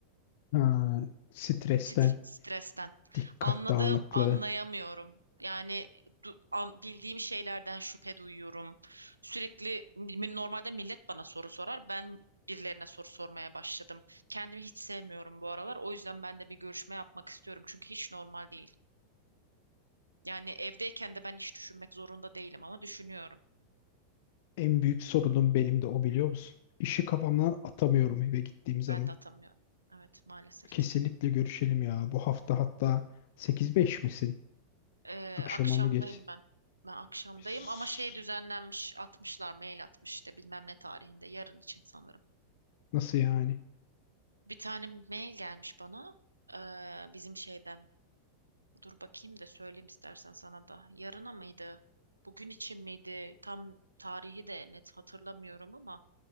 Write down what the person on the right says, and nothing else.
Stre- stresten.
Anladığım,
anlayamıyorum. Yani du- an- bildiğim şeylerden şüphe duyuyorum. Sürekli mi- normalde millet bana soru sorar. Ben birilerine soru sormaya başladım. Kendimi hiç sevmiyorum bu aralar. O yüzden ben de bir görüşme yapmak istiyorum. Çünkü hiç normal değil. Yani evdeyken de ben hiç düşünmek zorunda değilim ama düşünüyorum.
Ben de atamıyorum. Evet, maalesef
ki.
Ee,
akşamdayım
ben. Ben akşamdayım
ama şey düzenlenmiş atmışlar mail atmış işte bilmem ne tarihinde yarın için sanırım.
Bir tane mail gelmiş bana ee, bizim şeyden. Dur bakayım da söyleyeyim istersen sana da. Yarına mıydı? Bugün için miydi? Tam tarihi de net hatırlamıyorum ama